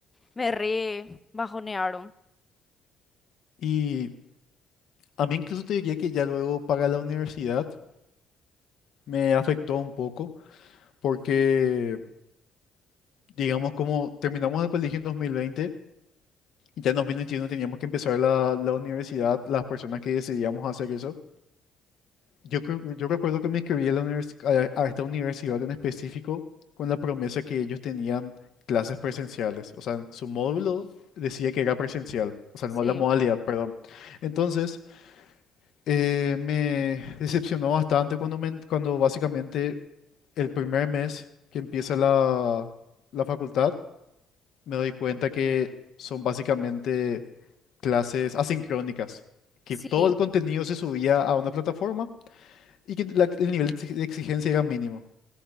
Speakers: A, on the left; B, on the left.
A: me re bajonearon.
B: Y a mí incluso te diría que ya luego para la universidad me afectó un poco porque, digamos, como terminamos el colegio en 2020, ya en 2021 teníamos que empezar la, la universidad, las personas que decidíamos hacer eso. Yo, creo- yo recuerdo que me inscribí a, la universi- a- a esta universidad en específico con la promesa que ellos tenían clases presenciales. O sea, su módulo decía que era presencial, o sea,
A: Sí.
B: la modalidad, perdón. Entonces, eh, me decepcionó bastante cuando, me en- cuando básicamente el primer mes que empieza la, la facultad, me doy cuenta que son básicamente clases asincrónicas, que
A: Sí.
B: todo el contenido se subía a una plataforma y que la- el nivel de exig- de exigencia era mínimo.